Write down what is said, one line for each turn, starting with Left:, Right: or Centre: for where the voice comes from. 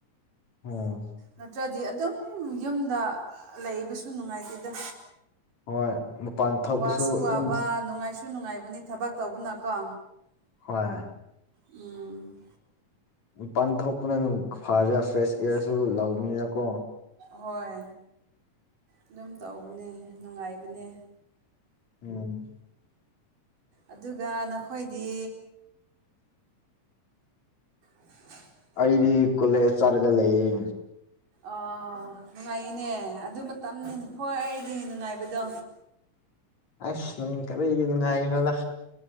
Left: ꯎꯝ
Right: ꯅꯠꯇ꯭ꯔꯗꯤ ꯑꯗꯨꯝ ꯌꯨꯝꯗ ꯂꯩꯕꯁꯨ ꯅꯨꯡꯉꯥꯏꯇꯦꯗ
Left: ꯍꯣꯏ ꯃꯄꯥꯟ ꯊꯣꯛꯄꯁꯨ
Right: ꯋꯥꯁꯨ
Left: ꯑꯗꯨꯝ
Right: ꯑꯕꯥ ꯅꯨꯡꯉꯥꯏ ꯁꯨ ꯅꯨꯡꯉꯥꯏꯕꯅꯤ ꯊꯕꯛ ꯇꯧꯕꯅꯀꯣ
Left: ꯍꯣꯏ
Right: ꯎꯝ
Left: ꯄꯥꯟ ꯊꯣꯛꯄꯅ ꯑꯗꯨꯝ ꯐꯔꯦ ꯐ꯭ꯔꯦꯁ ꯑꯦꯌꯥꯔꯁꯨ ꯂꯧꯕꯅꯤꯅꯀꯣ
Right: ꯍꯣꯏ ꯑꯗꯨꯝ ꯇꯧꯕꯅꯦ ꯅꯨꯡꯉꯥꯏꯕꯅꯦ
Left: ꯎꯝ
Right: ꯑꯗꯨꯒ ꯅꯈꯣꯏꯗꯤ ꯎ
Left: ꯑꯩꯗꯤ ꯀꯣꯂꯦꯖ ꯆꯠꯔꯒ ꯂꯩꯌꯦ
Right: ꯑꯣ ꯅꯨꯡꯉꯥꯏꯅꯦ ꯑꯗꯨ ꯃꯇꯝꯅꯤ ꯍꯣꯏꯗꯤ ꯅꯨꯡꯉꯥꯏꯕꯗꯣ
Left: ꯑꯁ ꯅꯪ ꯀꯔꯤꯒꯤ ꯅꯨꯡꯉꯥꯏꯒꯅꯣꯗ